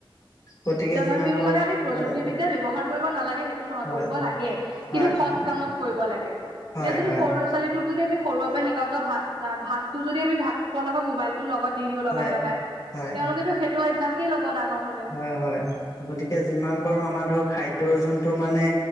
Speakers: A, on the left; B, on the right.
A: গতিকে
B: তথাপিও
A: যিমান পাৰো
B: মানে আমি প্ৰযুক্তিবিদ্যা
A: হয়
B: এতিয়া ব্যৱহাৰ কৰিব নালাগে সেইটো নহয়,
A: হয়
B: কৰিব লাগে
A: হয়
B: কিন্তু সৎ কামত কৰিব লাগে। এতিয়া
A: হয়
B: যদি
A: হয়
B: সৰু ল'ৰা-ছোৱালীটোক যদি আমি সৰুৰে পৰা শিকাওঁ, ভাত-ভাতটো যদি আমি ভাত খোৱাৰ লগত মোবাইল লগত দি দিওঁ লগাই-লগাই,
A: হয় হয়
B: তেওঁলোকেতো সেইটো অভ্যয়াসে ল'ব ডাঙৰ হ'লেও।
A: অহ, হয়। গতিকে যিমান পাৰোঁ আমাৰ ধৰক খাদ্যৰ যোনটো মানে